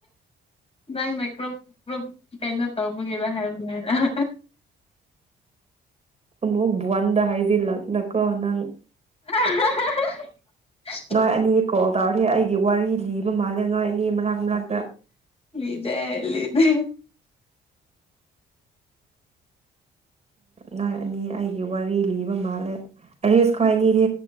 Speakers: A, on the left; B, on the right.
A: ꯅꯪꯅ ꯀ꯭ꯔꯨꯞ ꯀ꯭ꯔꯨꯞ ꯀꯩꯅꯣ ꯇꯧꯕꯒꯤꯔꯥ ꯍꯥꯏꯕꯅꯤꯅ <inaudible>
B: ꯑꯃꯨꯛ ꯕꯨꯟꯗ ꯍꯥꯏꯁꯤꯟꯂꯛꯇꯅꯀꯣ ꯅꯪ
A: <unintelligible>
B: ꯅꯣꯏ ꯑꯅꯤ ꯀꯣꯜ ꯇꯧꯔꯔꯤ ꯑꯩꯒꯤ ꯋꯥꯔꯤ ꯂꯤꯕ ꯃꯥꯜꯂꯦ ꯅꯣꯏ ꯑꯅꯤ ꯃꯔꯛ ꯃꯔꯛꯇ
A: ꯂꯤꯗꯦ ꯂꯤꯗꯦ
B: ꯅꯣꯥꯏ ꯑꯅꯤ ꯑꯩꯒꯤ ꯋꯥꯔꯤ ꯂꯤꯕ ꯃꯥꯜꯂꯦ ꯑꯦꯏꯔꯤꯁ ꯈꯣꯏ ꯑꯅꯤꯗꯤ